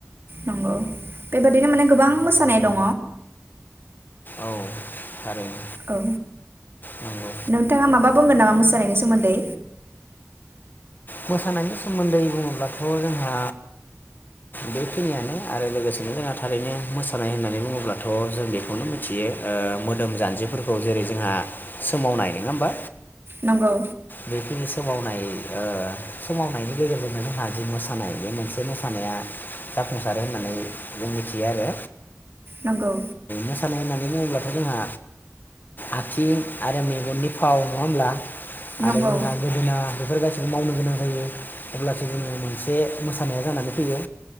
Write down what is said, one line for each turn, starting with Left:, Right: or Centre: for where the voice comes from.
Right: नंगौ बेबादिनो माने गोबां मोसानाय दङ।
Left: औ थारैनो
Right: औ
Left: नंगौ
Right: नोंथाङा माबा बुंगोन नामा मोसानायनि सोमोन्दै?
Left: मोसानायनि सोमोन्दै बुङोब्लाथ जोंहा बेखिनियानो आरो लोगोसेनो जोंहा थारैनो मोसानाय होननानै बुङोब्लाथ जों बेखौनो मिथियो मोदोम जानजिफोरखौ जेरै जोंहा सोमावनाय न, ङा होमबा?
Right: नंगौ
Left: बेखिनि समाव माइ सोमावनायनि गेजेरजोंनो जोंहा जि मोसानाय बे मोनसे मोसानाया जाफुंसारो होननानै जों मिथियो आरो।
Right: नंगौ
Left: मोसानाय होननानै <unintelligible> बुङोब्लाथ जोंहा आथिं आरो मेगननि फाव नङा होमब्ला? आरो
Right: नंगौ
Left: जोंहा गोदोना बेफोर गासिबो मावनोगोनां जायो अब्लासो जोङो मोनसे मोसानाया जानानै फैयो।